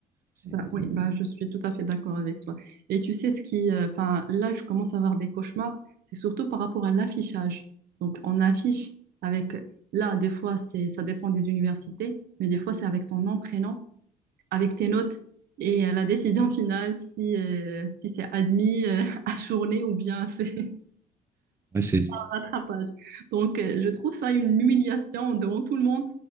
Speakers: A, on the right; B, on the right.
A: C'est,
B: Bah, oui, bah, je suis tout à fait d'accord avec toi. Et tu sais ce qui... euh, Enfin, là, je commence à avoir des cauchemars. C'est surtout par rapport à l'affichage. Donc, on affiche avec... Là, des fois, c'est, ça dépend des universités, mais des fois, c'est avec ton nom, prénom, avec tes notes et euh, la décision finale, si, euh, si c'est admis euh, <laughs> à journée ou bien c'est...
A: ouais, c'est-
B: rattrapage. Donc, euh, je trouve ça une humiliation devant tout le monde.